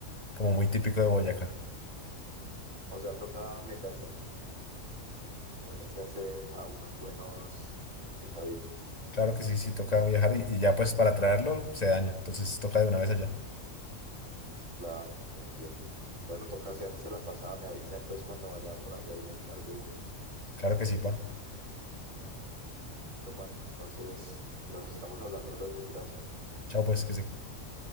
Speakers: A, on the left (about 30°); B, on the right (about 75°).
A: como muy típico de Boyacá.
B: O sea, toca meterse, poderse hacer a unos buenos quesadillos.
A: Claro que sí, sí toca viajar y, y ya pues para traerlo se daña. Entonces toca de una vez allá.
B: Claro, entiendo. Bueno, toca hacerse la pasada, me avisa entonces cuando vaya por allá y le encargo unos.
A: Claro que sí, pa.
B: ¿Listo, Juan? Entonces, nos estamos hablando luego y gracias.
A: Chao pues, que se